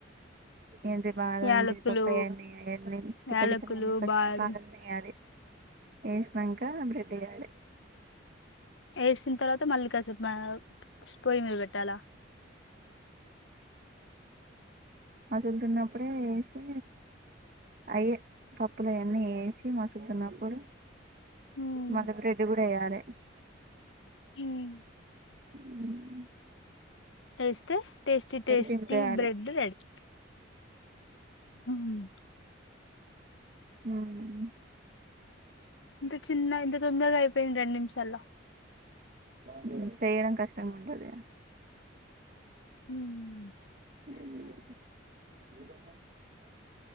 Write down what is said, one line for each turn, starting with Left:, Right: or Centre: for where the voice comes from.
Right: ఏంటి బాదం
Left: యాలకులు
Right: జీడిపప్పు అయన్నీ అయన్నీ తికల్
Left: యాలకులు
Right: తిక్కలు అన్నీ ఫస్ట్
Left: బాదం
Right: పగల్నీయాలి ఏసినంక బ్రెడ్ ఎయ్యాలె
Left: ఏసిన తర్వాత మల్లీ కాసేపు మ స్పోయి మీద పెట్టాల
Right: మసుల్ తున్నప్పుడే ఏసి అయే పప్పులు అయన్నీ ఏసి మసులు తున్నప్పుడు
Left: ఉమ్
Right: మళ్ళ బ్రెడ్ కూడా ఏయాలె.
Left: హ్మ్
Right: హ్మ్
Left: ఏస్తే టేస్టీ టేస్టీ
Right: దింపేయాలి
Left: బ్రెడ్ రెడీ హ్మ్
Right: హ్మ్
Left: ఇంత చిన్నగ ఇంత తొందరగా అయిపేయింది రెండు నిమిషాల్ల
Right: హ్మ్ చేయడం కష్టంగా ఉంటది
Left: హ్మ్
Right: హ్మ్